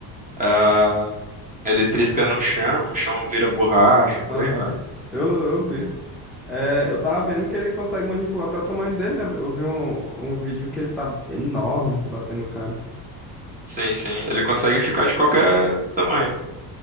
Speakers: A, on the right; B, in the centre.
A: Ah, ele trisca no chão, o chão vira borracha, por
B: Aham.
A: aí vai.
B: Eu, eu vi. É, eu tava vendo que ele consegue manipular até o tamanho dele, né? Eu vi um, um vídeo que ele tá enorme batendo o cara.
A: Sim, sim. Ele consegue ficar de qualquer tamanho.